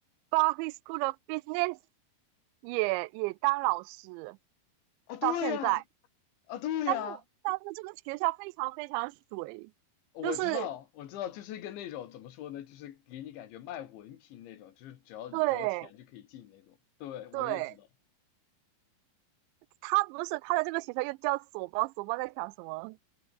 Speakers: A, on the right; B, on the left.
A: b e r k e e y School of Business 也也当老师
B: 啊，对呀、
A: 到现在，
B: 啊，对呀，
A: 但是我但是这个学校非常非常水，
B: 我知道，
A: 就是
B: 我知道，就是跟那种怎么说呢，就是给你感觉卖文凭那种，就是只要你交钱就可以进那种。
A: 对
B: 对，我也知道，
A: 对，他不是他的这个学校又叫索邦，索邦在想什么？